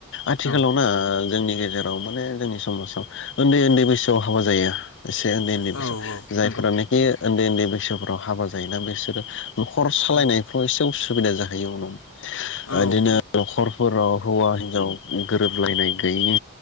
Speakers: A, on the left; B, on the left.
A: आथिखालाव
B: औ
A: ना जोंनि गेजेराव माने जोंनि समाजाव उन्दै उन्दै बैसोआव हाबा जायो। एसे उन्दै उन्दै बैसो
B: औ
A: जायफोरा
B: नंगौ
A: नै। उन्दै उन्दै बैसोफोराव हाबा जायोना। बिसोरो न'खर सालायनायफ्राव
B: औ
A: एसे उस सुबिदा जाहैयो उनाव
B: औ
A: ओदिनो न'खरफोराव हौवा हिन्जाव गोरोबलायनाय गैयि